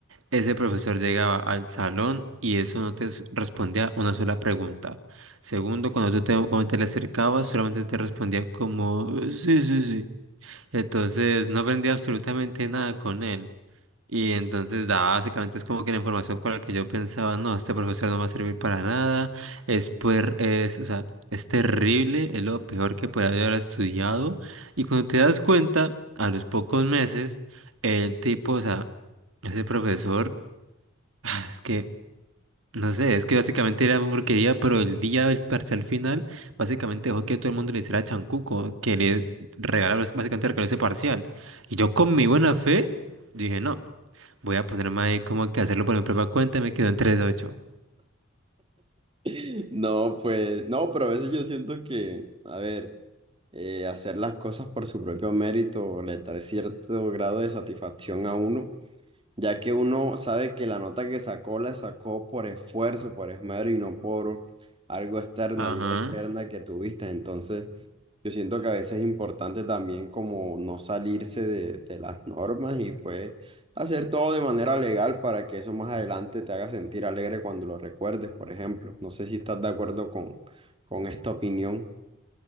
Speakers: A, on the right; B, on the right.
A: ese profesor llegaba al salón y eso no te s- respondía una sola pregunta. Segundo, cuando tú te, cuando te le acercabas, solamente te respondía como, sí, sí, sí. Entonces no aprendí absolutamente nada con él. Y entonces da, básicamente es como que la información con la que yo pensaba, no, este profesor no va a servir para nada, es, puer- es, o sea, es terrible, es lo peor que puede haber estudiado. Y cuando te das cuenta, a los pocos meses, el tipo, o sea, ese profesor, <sighs> es que no sé, es que básicamente era porquería, pero el día del parcial final, básicamente dejó que todo el mundo le hiciera chancuco, que le regalaron, básicamente regaló ese parcial. Y yo con mi buena fe, dije, no, voy a ponerme ahí como que hacerlo por mi propia cuenta y me quedó en tres ocho
B: <laughs> No, pues, no, pero a veces yo siento que, a ver, eh, hacer las cosas por su propio mérito le trae cierto grado de satisfacción a uno. ya que uno sabe que la nota que sacó la sacó por esfuerzo, por esmero y no por algo externo,
A: Ajá.
B: ayuda externa que tuviste. Entonces, yo siento que a veces es importante también como no salirse de, de las normas y pues hacer todo de manera legal para que eso más adelante te haga sentir alegre cuando lo recuerdes, por ejemplo. No sé si estás de acuerdo con, con esta opinión.